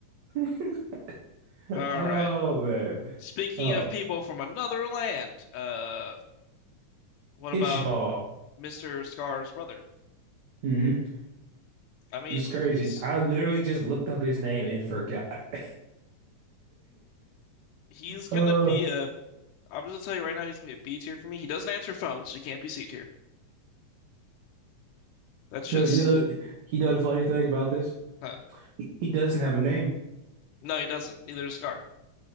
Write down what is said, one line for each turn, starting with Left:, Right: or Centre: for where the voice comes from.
Right: <laughs>
Left: All
Right: Oh
Left: right.
Right: man.
Left: Speaking
Right: Oh,
Left: of people from another land, uh, what about
Right: Ishval.
Left: Mr. Scar's brother?
Right: hmm
Left: I mean,
Right: It's crazy.
Left: he's
Right: I literally just looked up his name and forgot. <laughs>
Left: he's gonna
Right: Uh,
Left: be a. I'm just gonna tell you right now, he's gonna be a B tier for me. He doesn't answer phones, so he can't be C tier. That's
Right: you
Left: just,
Right: know, you know, you know the funny thing about this?
Left: huh?
Right: He, he doesn't have a name.
Left: No, he doesn't. Neither does Scar.